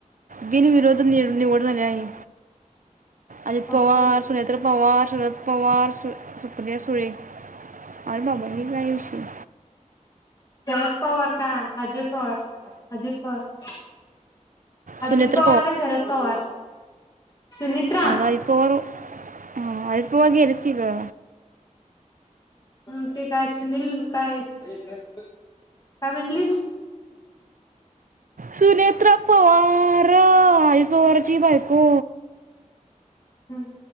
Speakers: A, on the right; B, on the left.
A: बिनविरोध. निव निवड झाली आहे. अजित पवार
B: ऑप्शन
A: सुनेत्रा पवार. शरद पवार सु सुप्रिया सुळे आणि बाबाजी हयो काय विषय.
B: शरद पवार. हा अजित पवार अजित पवार. अजित
A: सुनेत्र
B: पवार का शरद पवार सुनित्रा
A: आग अजप वार ह अजल्पवा
B: हम्म
A: येरत क का
B: अम ते काय सुनील काय काय म्हंटलीस
A: सुनेत्रा पवार ख अजित पवारची बायको
B: ह